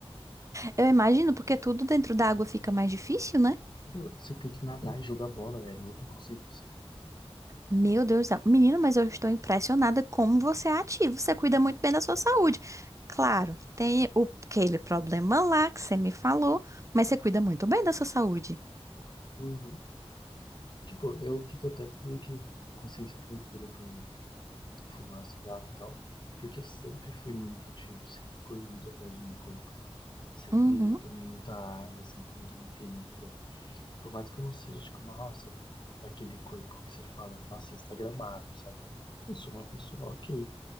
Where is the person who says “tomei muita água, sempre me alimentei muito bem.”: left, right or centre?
Left